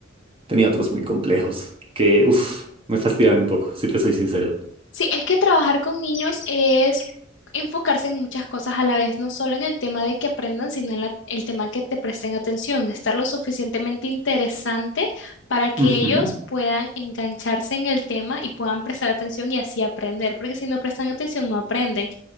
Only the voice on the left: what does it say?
Sí, es que trabajar con niños es enfocarse en muchas cosas a la vez, no solo en el tema de que aprendan, sino en la- el tema que te presten atención, de estar lo suficientemente interesante para que
ellos puedan engancharse en el tema y puedan prestar atención y así aprender, porque si no prestan atención no aprenden.